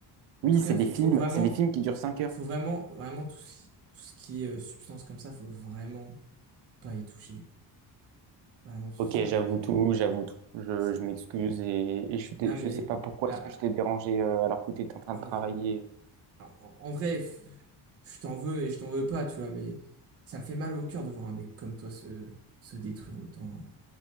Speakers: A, on the right (about 35°); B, on the right (about 85°).
A: En
B: Oui,
A: tout cas,
B: c'est
A: faut,
B: des films,
A: faut vraiment,
B: c'est des films qui durent 5 heures.
A: faut vraiment, vraiment tout ce qui, tout ce qui est euh, substance comme ça, faut vraiment pas y toucher. Vraiment, tu
B: Ok,
A: snaps.
B: j'avoue tout, j'avoue tout. Je,
A: C'est.
B: je m'excuse et, et je suis dé-
A: Non
B: je
A: mais.
B: sais pas pourquoi
A: ah,
B: est-ce que je
A: ah,
B: t'ai dérangé euh, alors que tu étais en train
A: non
B: de travailler.
A: mais. Alors, En, en vrai, f- je t'en veux et je t'en veux pas, tu vois, mais ça me fait mal au cœur de voir un mec comme toi se, se détruire autant.